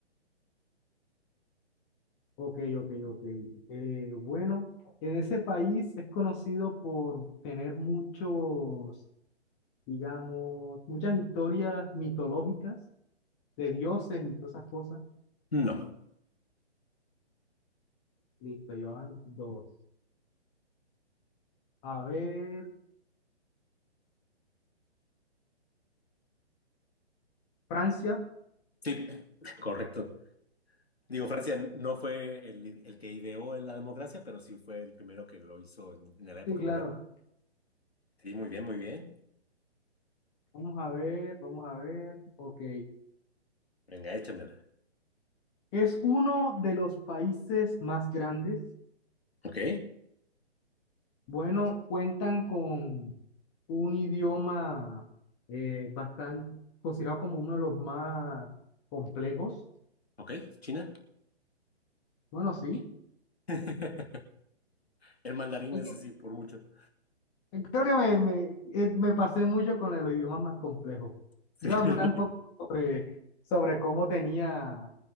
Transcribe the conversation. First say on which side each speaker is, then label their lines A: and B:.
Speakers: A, on the left; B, on the left.
A: Ok, ok, ok. Eh, bueno, en ese país es conocido por tener muchos, digamos, muchas historias mitológicas de dioses y todas esas cosas.
B: No.
A: Listo, llevan dos. A ver, Francia,
B: Sí, correcto. Digo, Francia no fue el, el que ideó la democracia, pero sí fue el primero que lo hizo en en la época
A: sí, claro.
B: moderna. Sí, muy bien, muy bien.
A: Vamos a ver, vamos a ver. Ok.
B: Venga, échamela.
A: Es uno de los países más grandes.
B: Ok,
A: Bueno, cuentan con un idioma bastante considerado como uno de los más complejos.
B: ¿Ok? ¿China?
A: Bueno, sí.
B: <laughs> El mandarín
A: Hay
B: ese
A: que
B: sí, por mucho.
A: Creo que me, me, eh, me pasé mucho con los idiomas más complejos.
B: Sí,
A: Iba a hablar un poco
B: <laughs>
A: sobre, sobre cómo tenía